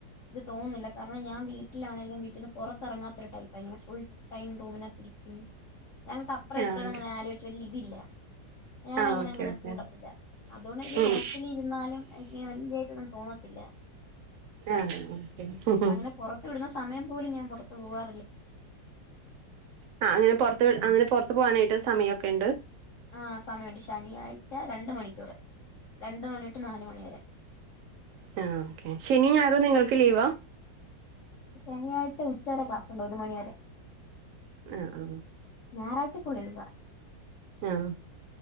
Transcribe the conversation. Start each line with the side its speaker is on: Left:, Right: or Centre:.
Left: ഇത് തോന്നില്ല കാരണം ഞാൻ വീട്ടിലാണെങ്കിലും വീട്ടിന് പുറത്തിറങ്ങാത്തരു ടൈപ്പ് ഇങ്ങനെ ഫുൾ ടൈം റൂമിനകത്തിരി ഉം ഞങ്ങക്ക് അപ്പ്രം
Right: ആഹ്
Left: ഇപ്രേ
Right: ഓക്കെ.
Left: ങ്ങനെ ആലോയ്ച്ച് ഒര് ഇതില്ല ഞാാന
Right: ആഹ്
Left: അങ്ങനെ
Right: ഓക്കെ,
Left: അങ്ങനെ
Right: ഓക്കെ.
Left: കൂട്ടത്തില്ല അതുകൊണ്ട് എനിക്ക്
Right: ഉം.
Left: ഹോസ്റ്റല ഇരുന്നാലും എനിക്കങ്ങനെ രിയായിട്ടൊന്നും തോന്നത്തില്ല
Right: ആഹ് ഓക്കെ.
Left: അങ്ങനെ പുറത്ത് വിടുന്ന സമയം പോലും ഞാൻ പുറത്തു പോവാ
Right: ആഹ് അങ്ങനെ പൊറത്ത് അങ്ങനെ പൊറത്ത പോവാനായിട്ട് ഒര് സമയൊക്കെ ണ്ട്
Left: ആഹ്സമയൊണ്ട് ശനിയാഴ്ച രണ്ട് മണിക്കൂർ രണ്ട മണിട്ട് നാല മണിിവരെ
Right: ആ ഓക്കെ ശനിഞായറും നിങ്ങൾക്ക് ലീവാ
Left: ശനിയാഴ്ച ഉച്ചരെ ക്ലാസ്സ്ണ്ട് ഒരു മണിവരെ
Right: ആ ആ
Left: ഞാറാഴ്ച ഫുള്ളെഴുതുവാ
Right: ആഹ്